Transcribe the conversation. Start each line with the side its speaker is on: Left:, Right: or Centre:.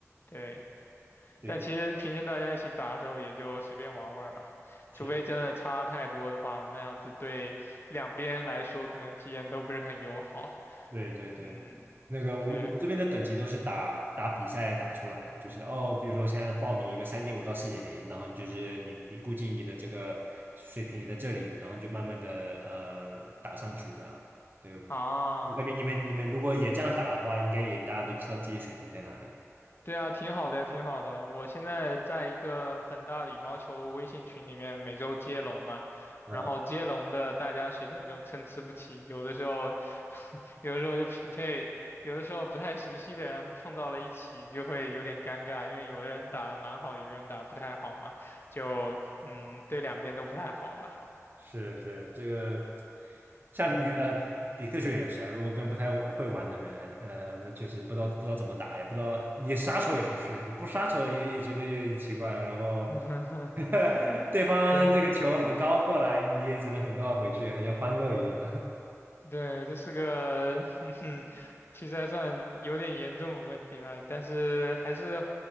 Left: 对，
Right: 对。
Left: 但其实平时大家一起打的时候也就随便玩玩嘛，
Right: 是，
Left: 除非真的差太多的话，那样子对两边来说可能体验都不是很友好。
Right: 对对对，
Left: 嗯，
Right: 那个我们我们这边的等级都是打打比赛打出来的，
Left: 对。
Right: 就是哦，比如说现在报名一个三点五到四点零，然后你就是你你估计你的这个水平也在这里，然后你就慢慢的呃打上去这样。对，
Left: 啊，
Right: 我感觉你们你们如果也这样打的话，应该也大家都知道自己水平在哪里。
Left: 对啊，挺好的，挺好的。我现在在一个很大的羽毛球微信群里面，每周接龙嘛，
Right: 嗯
Left: 然后接龙的大家水平就参差不齐，有的时候，<laughs> 有的时候就匹配，有的时候不太熟悉的人碰到了一起，就会有点尴尬，因为有的人打的蛮好，有的人打得不太好嘛，就嗯，对两边都不太好吧。
Right: 是是，这个像比呃比克球也是啊，如果跟不太会玩的人，呃，那确实不知道不知道怎么打，也不知道你杀球也不是，你不杀球也也觉得有点奇怪，然后
Left: <laughs>
Right: <laughs> 对方这个球很高过来，
Left: 对，
Right: 你也只能很高的回去，好像欢乐一样。
Left: 对，这是个，<laughs> 嗯哼，其实还算有点严重的问题吧，但是还是